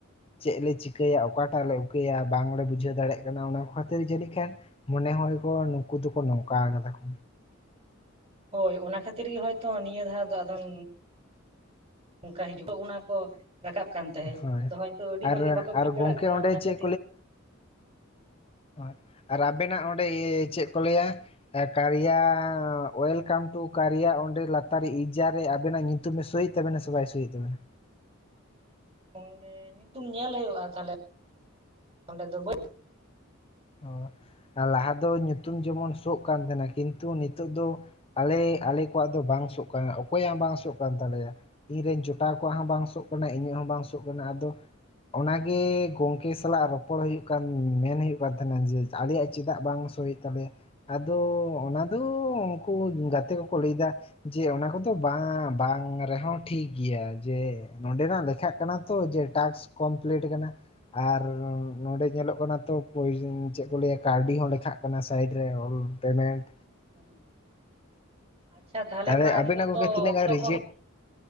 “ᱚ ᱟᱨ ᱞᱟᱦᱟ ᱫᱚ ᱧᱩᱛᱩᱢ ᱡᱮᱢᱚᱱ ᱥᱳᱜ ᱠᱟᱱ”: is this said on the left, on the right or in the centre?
Left